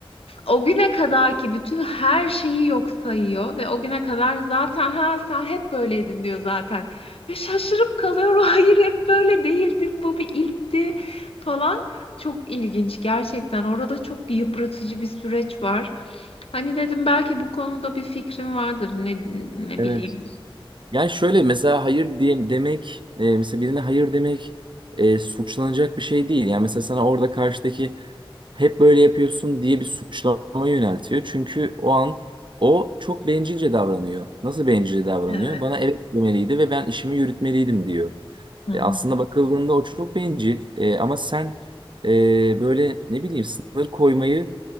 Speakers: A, on the left; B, on the right.
A: o güne kadar ki bütün her şeyi yok sayıyor ve o güne kadar zaten ha sen hep böyleydin diyor zaten ve şaşırıp kalıyorum <laughs> hayır hep böyle değildim bu bir ilkti falan çok ilginç gerçekten orada çok bir yıpratıcı bir süreç var hani dedim belki bu konuda bir fikrim vardır ne, ne
B: Evet.
A: bileyim
B: Yani şöyle mesela hayır diye demek e, mesela birine hayır demek e, suçlanacak bir şey değil. Yani mesela sana orada karşıdaki hep böyle yapıyorsun diye bir suçlama yöneltiyor. Çünkü o an o çok bencilce davranıyor. Nasıl bencilce davranıyor?
A: evet
B: Bana evet demeliydi ve ben işimi yürütmeliydim diyor.
A: Hı hı.
B: E, aslında bakıldığında o çok bencil E, ama sen e, böyle ne bileyim sınır koymayı